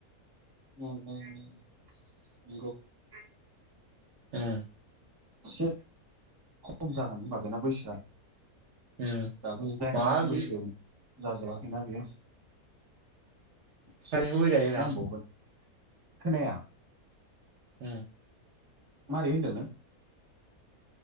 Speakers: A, on the right; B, on the right.
A: <unintelligible>
B: ओम
A: एसे खम जागोन होनबा बेना बैसोआ
B: उम
A: दाबो जिदाइन
B: मा बि
A: बैसो जाजोबाखैना बेयो एसे
B: सायाव होजायोब्रा
A: नांबावगोन खोनाया
B: <unintelligible> ओ
A: मारै होनदों नों